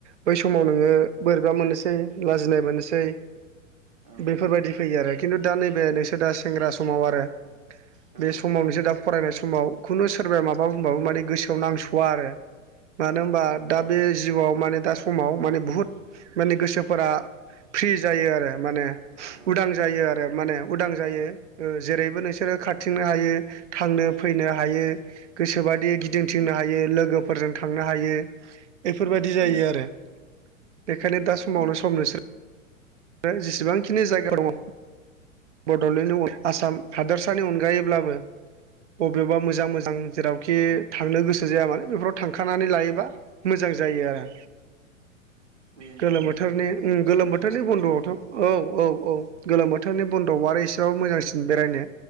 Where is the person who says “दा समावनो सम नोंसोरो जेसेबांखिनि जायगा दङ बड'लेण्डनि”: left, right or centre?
Right